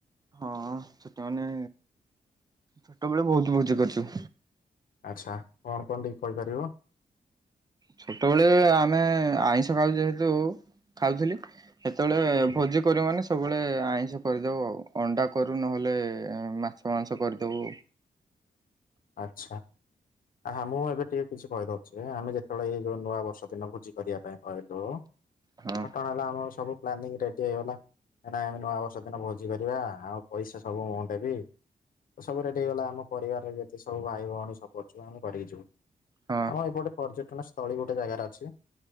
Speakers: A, on the right; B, on the left.
A: ହଁ ଛୋଟ ମାନେ ଛୋଟବେଳେ ବୋହୁତ୍ ଭୋଜି କରିଛୁ।
B: ଆଚ୍ଛା କଣ କଣ ଟିକେ କହିପାରିବ?
A: ଛୋଟବେଳେ ଆମେ ଆଇଁଷ କାଉ ଯେହେତୁ ଖାଉଥିଲି ସେତେବେଳେ
B: ହୁଁ ହୁଁ
A: ଭୋଜି କର ମାନେ ସବୁବେଳେ ଆଇଁଷ କରିଦଉ ଆଉ ଅଣ୍ଡା କରୁ ନହେଲେ ମାଛ ମାଂସ କରିଦବୁ।
B: ଆଚ୍ଛା ଆ ମୁଁ ଏବେ ଟିକେ କିଛି କହିଦଉଛି ଆମେ ଯେତେବେଳେ ଏଇ ଯୋଉ ନୂଆ ବର୍ଷ ଦିନ ଭୋଜି କରିବା ପାଇଁ କହିଲୁ
A: ହଁ
B: କଟଣ ହେଲା ଆମର ସବୁ ପ୍ଲାନିଂ ରେଡି ହେଇଗଲା ଏ ନାଇଁ ଆମେ ନୂଆବର୍ଷ ଦିନ ଭୋଜି କରିବା ଆଉ ପଇସା ସବୁ ମୁ ଦେବି। ସବୁ ରେଡି ହେଇଗଲା ଆମ ପରିବାରରେ ଯେତେ ସବୁ ଭାଇ ଭଉଣୀ ସବୁ ଅଛୁ ଆମେ କରିକି ଯିବୁ।
A: ହଁ
B: ଆମ ଏପଟେ ପର୍ଯ୍ୟଟନ ସ୍ଥଳୀ ଗୋଟେ ଜାଗାରେ ଅଛି।